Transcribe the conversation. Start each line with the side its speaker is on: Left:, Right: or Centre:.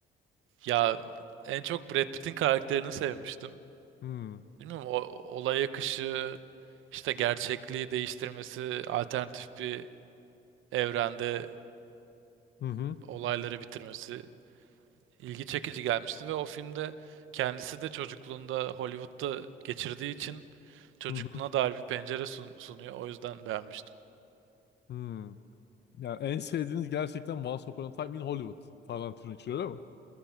Right: Ya en çok Brad Pitt'in karakterini sevmiştim.
Left: Hmm.
Right: Bilmiyorum o olay akışı, işte gerçekliği değiştirmesi, alternatif bir evrende
Left: Hı hı.
Right: olayları bitirmesi ilgi çekici gelmişti ve o filmde kendisi de çocukluğunda Hollywood'da geçirdiği için çocukluğuna
Left: Hı hı.
Right: dair bir pencere sun- sunuyor. O yüzden beğenmiştim.
Left: Hmm. Yani en sevdiğiniz gerçekten Once Upon a Time in Hollywood. Tarantino için öyle mi?